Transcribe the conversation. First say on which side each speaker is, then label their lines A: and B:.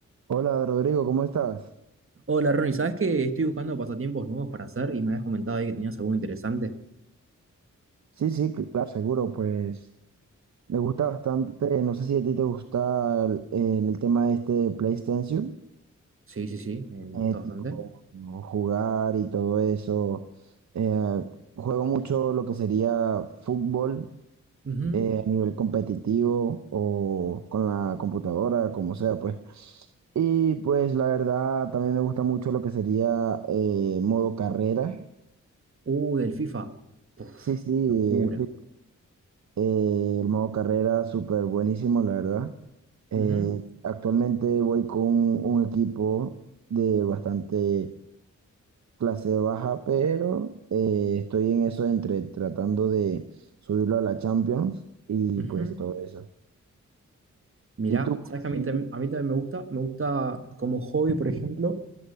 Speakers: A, on the right; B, on the right.
A: Hola Rodrigo, ¿cómo estás?
B: Hola Ronnie, ¿sabes que estoy buscando pasatiempos nuevos para hacer y me habías comentado ahí que tenías algo interesante?
A: Sí, sí, claro, seguro, pues me gusta bastante, no sé si a ti te gusta el, el tema este de PlayStation,
B: Sí, sí, sí, eh, me
A: eh,
B: gusta bastante.
A: tipo ¿no? jugar y todo eso. Eh, juego mucho lo que sería fútbol
B: Ujú.
A: eh, a nivel competitivo o con la computadora, como sea, pues. Y pues la verdad, también me gusta mucho lo que sería eh, modo carrera.
B: Uh, del FIFA. Puf,
A: Sí, sí,
B: locura.
A: <laughs> Eh, el modo carrera, súper buenísimo, la verdad. Eh,
B: Ujú,
A: actualmente voy con un equipo de bastante clase baja, pero eh, estoy en eso entre tratando de subirlo a la Champions y
B: ujú.
A: pues todo eso.
B: Mirá,
A: ¿Y tú? pues,
B: ¿sabes que a
A: también?
B: mí, tam- a mí también me gusta? Me gusta como hobby, por ejemplo,